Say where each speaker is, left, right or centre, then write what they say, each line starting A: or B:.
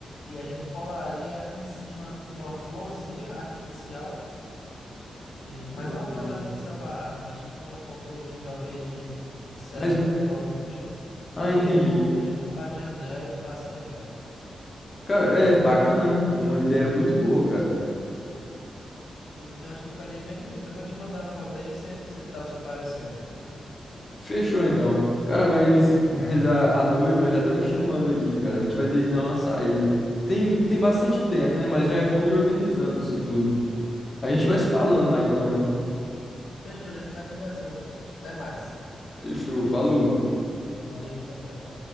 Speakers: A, on the left; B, on the left.
A: e a gente colaria em cima uma florzinha artificial, e, mas
B: Ah,
A: não aquelas
B: ah.
A: artificial barata, mas tipo uma, uma florzinha talvez de, de cerâmico
B: mas,
A: ou algo do tipo. E
B: ah,
A: dentro,
B: entendi.
A: tipo um par de anel para se lembrar.
B: Cara, é bacana. É uma ideia muito boa, cara.
A: Hum, Eu acho que ficaria bem bonito. Eu vou te mandar a foto aí, e você você tá o seu parecer então.
B: Fechou então. Cara, mas, <laughs> mas a, a noiva já tá me chamando aqui, cara. A gente vai ter que dar uma saída. Tem, tem bastante tempo, né? Mas já é bom ir organizando isso tudo. A gente vai se falando
A: Uhum.
B: lá então, hein?
A: Fechou, a gente vai conversando então. Até mais.
B: Fechou, falou.
A: Valeu, tchau, tchau.